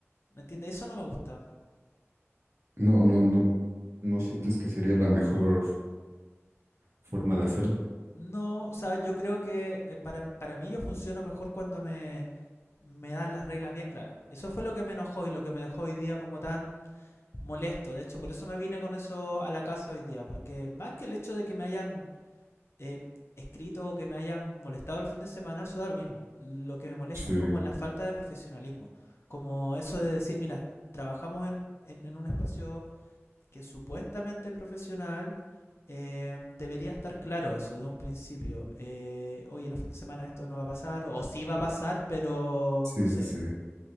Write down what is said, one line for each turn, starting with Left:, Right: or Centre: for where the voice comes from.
Left: ¿Me entiendes? Eso no me gusta.
Right: no, no, no, no sientes que sería la mejor forma de hacerlo.
Left: No, o sea, yo creo que eh, para, para mí yo funciono mejor cuando me me dan las reglas bien claras. Eso fue lo que me enojó y lo que me dejó hoy día como tan molesto. De hecho, por eso me vine con eso a la casa hoy día, porque más que el hecho de que me hayan eh, escrito o que me hayan molestado el fin de semana, eso da lo mismo. Lo que me molesta
Right: Sí,
Left: es como la falta de profesionalismo, como eso de decir, mira, trabajamos en, en- en un espacio que supuestamente es profesional. eh, debería estar claro eso de un principio. Eh, Oye, los fines de semana esto no va a pasar, o, o sí va a pasar, pero
Right: sí,
Left: no sé,
Right: sí, sí.